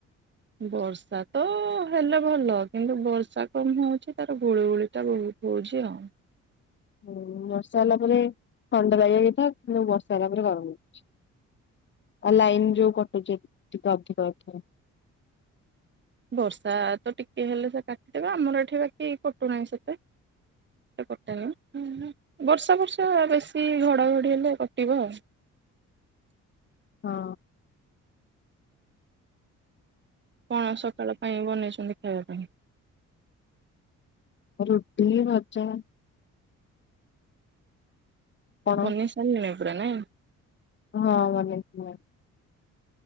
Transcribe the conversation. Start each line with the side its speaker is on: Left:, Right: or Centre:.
Right: ବର୍ଷା ତ ହେଲେ ଭଲ କିନ୍ତୁ ବର୍ଷା କମ ହଉଚି ତାର ଗୁଳିୁଗୁଳି ଟା ବହୁତ ହଉଚି ଆଉ।
Left: ହୁଁ ବର୍ଷା ହେଲା ପରେ ଥଣ୍ଡା ଲାଗ ନା କିନ୍ତୁ ବର୍ଷା ହେଲା ପରେ ଗରମ ଲାଗୁଚି ଆଉ ଲାଇନ ଯୋଉ କଟୁଚି ଟିକେ ଅଧିକ ଅଥୟ
Right: ବର୍ଷା ତ ଟିକେ ହେଲେ ସେ କାଟିଦବେ ଆମର ଏଠି ବାକି କଟୁନାହିଁ ସେତେ କଟେନି ବର୍ଷା ବର୍ଷା ବେଶୀ ଘଡଘଡି ହେଲେ କଟିବ ଆଉ।
Left: ହଁ।
Right: କଣ ସକାଳ ପାଇଁ ବନେଇଛନ୍ତି ଖାଇବାକୁ ହୁଁ।
Left: ରୁଟି ଭଜା କଣ
Right: ବନେଇ ସାରିଲିଣି କପଡ଼ା ନାହି।
Left: ହଁ ଭଲ ହେଇଥିଲା।